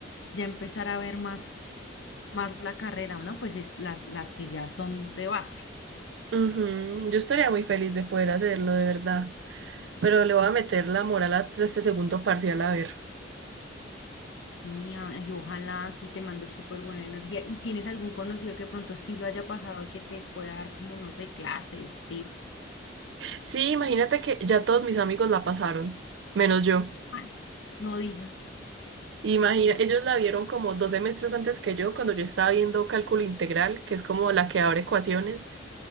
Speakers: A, on the left; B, on the right.
A: ya empezar a ver más, más la carrera, ¿no? Pues es las, las que ya son de base.
B: Ujú, Yo estaría muy feliz de poder hacerlo, de verdad. Pero le voy a meter la moral a este segundo parcial a ver.
A: Sí, ay, ojalá sí te mando súper buena energía. ¿Y tienes algún conocido que pronto sí lo haya pasado y que te pueda dar como, no sé, clases, tips?
B: Sí, imagínate que ya todos mis amigos la pasaron, menos yo.
A: Ay, No diga.
B: Imagina, ellos la vieron como dos semestres antes que yo, cuando yo estaba viendo cálculo integral, que es como la que abre ecuaciones,